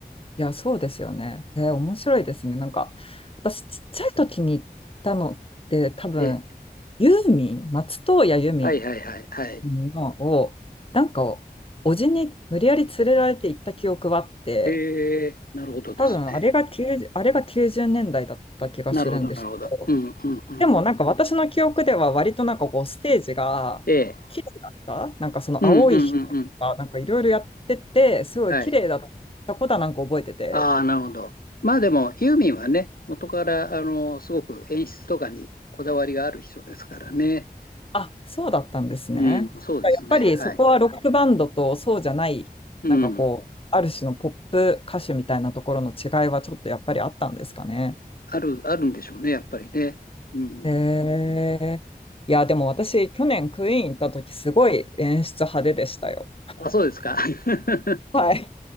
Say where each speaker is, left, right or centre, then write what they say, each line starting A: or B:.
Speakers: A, on the left (about 35°); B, on the left (about 60°).
A: いや、そうですよね。えー面白いですね。なんか、私、ちっちゃい時に行ったのって、多分、
B: ええ、
A: ユーミン、松任谷由
B: はいはいはいはい。
A: 実のを、なんかお、じに無理やり連れられて行った記憶はあって、
B: へえ、なるほどですね。
A: 多分、あれが90、あれが90年代だいだった気がするんですけど、
B: なるほど、なるほど。うんうんうん。
A: でもなんか私の記憶では割となんかこう、ステージが綺麗だったなんかその青い光とか、
B: ええ、うんうんうんうん。
A: なんかいろいろやってて、すごい綺麗だったことはなんか覚えてて、
B: はい。ああ、なるほど。まあでも、ユーミンはね、元から、あの、すごく演出とかにこだわりがある人ですからね。
A: あ、そうだったんですね。
B: うん、そうですね。
A: やっぱりそこはロックバンドとそうじゃない、
B: はい。うん。
A: なんかこう、ある種のポップ歌手みたいなところの違いはちょっとやっぱりあったんですかね。
B: ある、あるんでしょうね、やっぱりね。うん。
A: へえー。いや、でも私、去年クイーン行った時、すごい演出派手でしたよ。
B: あ、そうですか。<laughs>
A: はい。